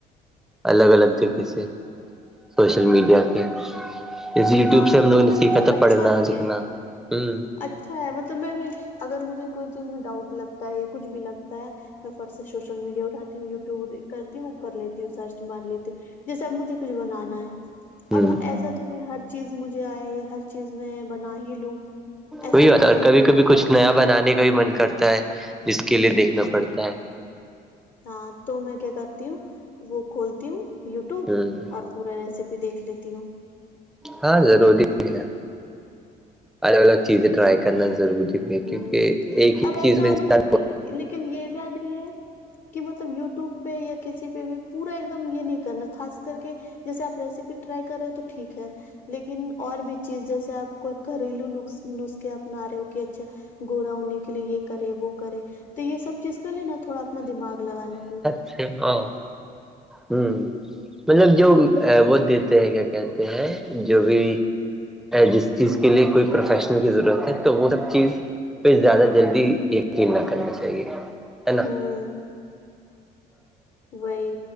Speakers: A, in the centre; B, on the left.
A: الگ الگ طریقے سے سوشل میڈیا کے جیسے یوٹیوب
B: ہاں
A: سے ہم لوگوں
B: مطلب
A: نے سیکھا
B: یہ سب
A: تھا
B: اچھا
A: پڑھنا
B: بھی
A: لکھنا
B: ہے
A: ہوں
B: اچھا ہے مطلب میں بھی اگر مجھے کوئی چیز میں ڈاؤٹ لگتا ہے یا کچھ بھی لگتا ہے میں فٹ سے سوشل میڈیا اٹھاتی ہوں یوٹیوب کرتی ہوں کر لیتی ہوں سرچ مار لیتی ہوں جیسے اب مجھے کچھ بنانا ہے
A: ہوں
B: اب ایسا تو نہیں ہر چیز مجھے آئے یہ ہر چیز میں بنا ہی لوں ایسا
A: وہی اتا
B: بھی نہیں
A: ہے اور
B: ہوتا
A: کبھی کبھی
B: نا
A: کچھ نیا بنانے کا بھی من کرتا ہے جس کے لیے دیکھنا پڑتا
B: ہوں
A: ہے
B: ہاں تو میں کیا کرتی ہوں وہ کھولتی ہوں یوٹیوب
A: ہوں
B: اور پورا ریسیپی دیکھ لیتی ہوں
A: ہاں ضروری بھی ہے الگ الگ چیزیں ٹرائی کرنا ضروری
B: ہوں
A: کیونکہ ایک ہی
B: اور ایسا
A: چیز میں
B: ہے
A: انسان
B: مطلب
A: کو
B: لیکن یہ بات بھی ہے کہ مطلب یوٹیوب پہ یا کسی پہ بھی پورا ایک دم یہ نہیں کرنا خاص کر کے جیسے آپ ریسیپی ٹرائی کر رہیں ہے ہو تو ٹھیک ہے لیکن اور بھی چیز جیسے آپ کوئی گھریلو ن نسخے اپنا رہیں ہو کہ اچھا گورا ہونے کے لیے یہ کرے وہ کرے تو یہ سب چیز کے لیے نا تھوڑا اپنا دماغ لگانا چاہیے
A: اچھا ہاں ہوں مطلب جو وہ دیتے ہیں کیا کہتے ہیں جو بھی جس چیز کے لیے کوئی پروفیشنل کی ضرورت ہے تو وہ چیز پہ زیادہ جلدی یقین نہ کرنا چاہیے ہے نا
B: ہوں وہئی